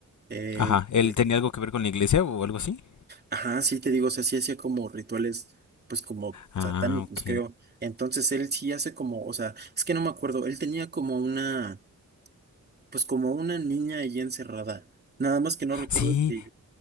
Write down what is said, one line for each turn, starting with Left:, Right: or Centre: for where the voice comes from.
Right: eh,
Left: Ajá, ¿él
Right: eh,
Left: tenía algo que ver con la iglesia o algo así?
Right: ajá, sí te digo, o sea, sí hacía como rituales, pues como satánicos,
Left: Ah, ok.
Right: creo. Entonces él sí hace como, o sea, es que no me acuerdo, él tenía como una, pues como una niña ahí encerrada. Nada más que no recuerdo
Left: Sí,
Right: si,